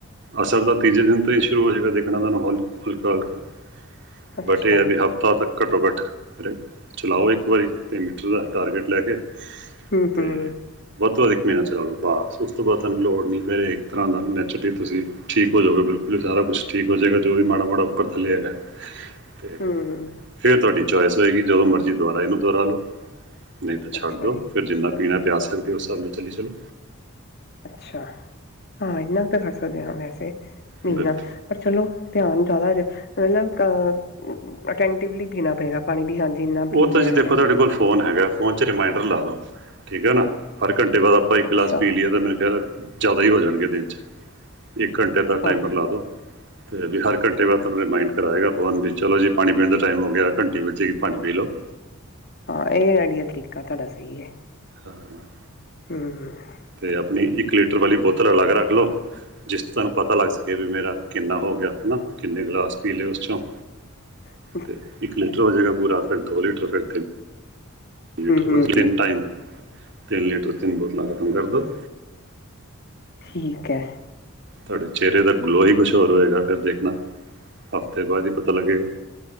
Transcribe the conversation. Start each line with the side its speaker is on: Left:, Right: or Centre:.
Right: ਅਸਰ ਤਾਂ ਤੀਜੇ ਦਿਨ ਤੋਂ ਈ ਸ਼ੁਰੂ ਹੋਜੇ ਗਾ ਦੇਖਣਾ ਤੁਹਾਨੂੰ ਹੋਲ, ਹੁਲ <unintelligible>
Left: ਅੱਛਾ
Right: ਬਟ ਏ ਆ ਵੀ ਹਫ਼ ਤਾ ਤਕ ਘੱਟੋ-ਘਾੱਟ ਚਲਾਓ ਇੱਕ ਵਾਰੀ, ਤਿੰਨ ਲੀਟਰ ਦਾ ਟਾਰਗੇਟ ਲੈ ਕੇ।
Left: ਹਮ
Right: ਤੇ
Left: ਹਮ
Right: ਵੱਧ ਤੋਂ ਵੱਧ ਇੱਕ ਮਹੀਨਾ ਚਲਾ ਲੋ ਬਾੱਸ, ਉਸ ਤੋਂ ਬਾਦ ਤਾਨੂੰ ਲੋੜ ਨੀ ਫੇਰ ਏਕ ਤਰ੍ਹਾਂ ਦਾ ਨੈਚਰਲੀ ਤੁਸੀਂ ਠੀਕ ਓ ਜੋਗੇ ਬਿਲਕੁਲ ਈ ਸਾਰਾ ਕੁਛ ਠੀਕ ਹੋ ਜੇਗਾ ਜੋ ਵੀ ਮਾੜਾ-ਮਾੜਾ ਉਪਰ ਥੱਲੇ ਹੈਗਾ ਤੇ
Left: ਹਮ
Right: ਫੇਰ ਤੁਹਾਡੀ ਚੋਏਸ ਹੋਏਗੀ ਜਦੋਂ ਮਰਜ਼ੀ ਦੁਬਾਰਾ ਇਨੂੰ ਦੋਰਾ ਲੋ ਨਹੀਂ ਤਾਂ ਛੱਡ
Left: ਅੱਛਾ
Right: ਦੋ,
Left: ਜੀ
Right: ਫੇਰ ਜਿੰਨਾ ਪੀਣਾ ਪਿਆਸ ਲੜੀ ਹੈ ਹ ਉਸ ਹਿਸਾਬ ਨਾਲ ਚੱਲੀ ਚਲੌ
Left: ਅੱਛਾ, ਹਾਂ ਇੰਨਾ ਤਾਂ ਕਰ ਸਕਦੇ ਹਾਂ ਵੈਸੇ, ਮੀਨਾ
Right: ਬਿਲਕੁਲ
Left: ਪਰ ਚਲੋ ਧਿਆਨ ਜ਼ਿਆਦਾ ਮਤਲਬ ਅਟੈਂਟਿਵਲੀ ਪੀਣਾ ਪਏਗਾ ਪਾਣੀ ਵੀ, ਹਾਂਜੀ ਇੰਨਾ ਪੀ
Right: ਉਹ ਤਾਂ
Left: ਲਿਆ
Right: ਜੀ ਦੇਖੋ
Left: ਹੈ।
Right: ਤੁਹਾਡੇ ਕੋਲ ਫੋਨ ਹੈਗਾ ਫੋਨ 'ਚ ਰਿਮਂਡਰ ਲਾ ਦਿਉ ਠੀਕ ਹੈ ਨਾ ਹਰ ਘੰਟੇ ਬਾਅਦ ਆਪਾਂ ਇੱਕ
Left: ਅੱਛਾ
Right: ਗਲਾਸ ਪੀ ਲਈਏ ਤਾਂ ਮੇਰੇ ਖਿਆਲ ਹੈ ਜ਼ਿਆਦਾ ਈ ਹੋ ਜਾਣਗੇ ਦਿਨ ਚ ਇੱਕ ਘੰਟੇ ਦਾ
Left: ਹਾਂ
Right: ਟਾਈਮਰ ਲਾ ਦੋ। ਤੇ ਵੀ ਹਰ ਘੰਟੇ ਬਾਅਦ ਤੁਹਾਨੂੰ ਰਿਮੰਡ ਕਰਾਏਗਾ ਫੋਨ ਵੀ ਚਲੋ ਜੀ ਪਾਣੀ ਪੀਣ ਦਾ ਟਾਈਮ ਹੋ ਗਿਆ ਘੰਟੀ ਵੱਜੀ ਪਾਣੀ ਪੀ ਲਓ।
Left: ਹਾਂ, ਇਹ ਵਾਲਾ ਤਰੀਕਾ ਤੁਹਾਡਾ ਸਹੀ ਹੈ।
Right: ਹਾਂ।
Left: ਇਹ
Right: ਤੇ ਆਪਣੀ ਇੱਕ ਲੀਟਰ ਵਾਲੀ ਬੋਤਲ ਅਲੱਗ ਰੱਖ ਲਓ ਜਿਸ ਚ ਤਾਨੂੰ ਪਤਾ ਲੱਗ ਸਕੇ ਵੀ ਮੇਰਾ ਕਿੰਨਾ ਹੋ ਗੇਆ ਹਨਾ ਕਿੰਨੇ ਗਲਾਸ ਪੀ ਲਏ ਓਸ ਚੋ।
Left: ਹਾਂ।
Right: ਤੇ ਇੱਕ ਲੀਟਰ ਓ ਜੇਗਾ ਪੂਰਾ ਫੇਰ ਦੋ ਲੀਟਰ ਫੇਰ ਤੇਨ ਲੀਟਰ ਬਾੱਸ
Left: ਹਮ
Right: ਤਿੰਨ
Left: ਹਮ
Right: ਟਾਈਮ, ਤਿੰਨ ਲੀਟਰ ਤਿੰਨ ਬੋਤਲਾਂ ਖਤਮ ਕਾਰਦੋ।
Left: ਠੀਕ ਐ।
Right: ਤੁਹਾਡੇ ਚਿਹਰੇ ਦਾ ਗਲੋ ਹੀ ਕੁਛ ਹੋਰ ਹੋਏਗਾ ਫਿਰ ਦੇਖਣਾ ਹਫ਼ਤੇ ਬਾਅਦ ਹੀ ਪਤਾ ਲੱਗੇਗਾ